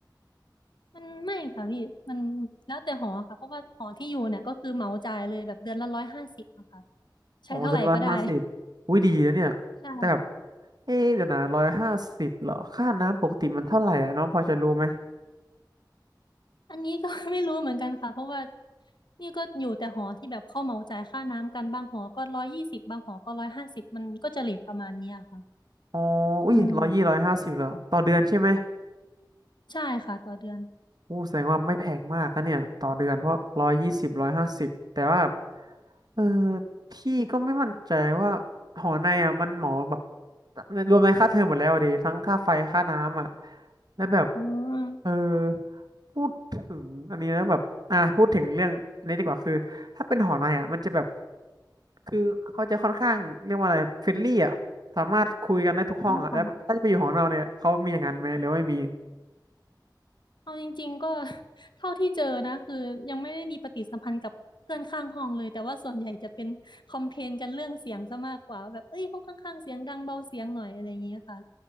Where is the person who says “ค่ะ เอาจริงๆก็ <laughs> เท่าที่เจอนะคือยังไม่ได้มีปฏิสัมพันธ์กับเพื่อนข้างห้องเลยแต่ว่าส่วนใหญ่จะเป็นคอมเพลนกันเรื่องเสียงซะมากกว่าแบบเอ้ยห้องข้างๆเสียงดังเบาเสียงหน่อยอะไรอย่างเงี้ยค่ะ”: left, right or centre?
Left